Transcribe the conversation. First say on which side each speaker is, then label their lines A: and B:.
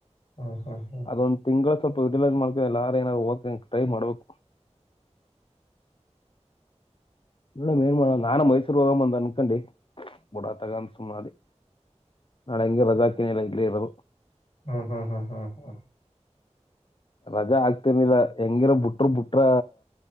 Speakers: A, on the left (about 65°); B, on the left (about 45°).
A: ಹ್ಮ ಹ್ಮ ಹ್ಮ್
B: ಅದೊಂದ್ ತಿಂಗಳ ಸ್ವಲ್ಪ ಇಡ್ಲ್ ಮಾಡ್ಕಲ್ಲ ಯಾರ ಏನಾರರು ಹೋಗ ಟ್ರೈ ಮಾಡ್ಬೇಕು ಟ್ ನಡಮ್ ಏನ್ ಮಾಡ ನಾನು ಮೈಸೂರು ಹೋಗ ಬಂದ ಅನ್ಕೊಂಡಿ ಬುಡಾ ತಗ ಅಂತ ಸುನ ಅಲ್ಲಿ ನಾಡಂಗು ರಜಾಕ ನಲೆಯಲ್ಲಿರರು
A: ಹ್ಮ್ ಹ್ಮ್ ಹ್ಮ್ ಹ್ಮ್ ಹ್ಮ್
B: ರಜಾ ಆಗ್ತೇನಿಲ್ಲ ಹೆಂಗಿರ ಬಿಟ್ರ ಬಿಟ್ರ